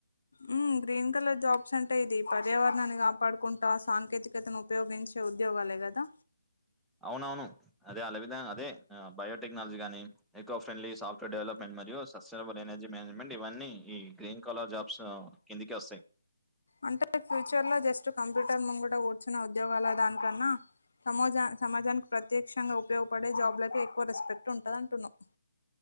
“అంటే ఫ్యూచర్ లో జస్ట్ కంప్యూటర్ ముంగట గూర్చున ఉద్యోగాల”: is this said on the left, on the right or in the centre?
Left